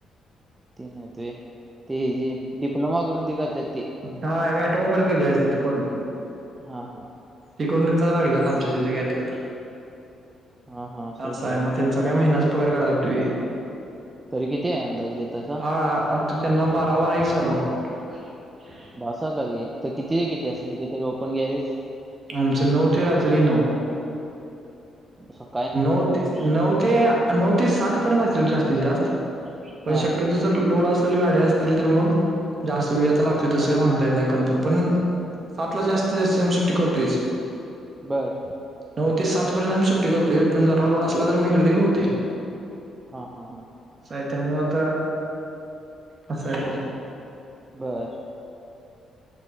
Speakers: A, on the right (about 20°); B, on the right (about 45°).
A: ते नाहीत ते जे डिप्लोमा करून ते निघत्यात ते
B: काय अटोम मोबाईल करले असल ती पर
A: हा हा.
B: तिकडनच यायला लागल्यात आमच्या इथे गॅरजवर, <unintelligible>
A: हा हा असं
B: आहे
A: विषय
B: मग त्यांच तर या महिन्याच पगार काढाया लागतोय.
A: तरी किती आहे अंदाज देतायसा?
B: हा आताच्याना बारा बारा विसरलो. बर <inaudible>
A: बसायला लागेल तर किती ते किती असेल ते तरी ओपन गॅरेज?
B: आमचं नऊ ते रात्री नऊ.
A: सक् <unintelligible>
B: नऊ ते नऊ ते नऊ ते सात पर्यंत असल जास्तीत जास्त पण
A: हा
B: शक्यतो जर लोड असेल गाड्याअस तील तर मग, जास्त वेळ लागतो तिथं सांगता येत नाही कन्फर्म पण सातला जास्त जास्त आम्ही सुट्टी करतोयच.
A: बरं.
B: नऊ ते सात पर्यंत आम्ही सुट्टी करतोय पण जरा लोड असला तर मग इकडे तिकडे होतय.
A: हा हा हा.
B: असय त्यामुळं तर असय मग
A: बर.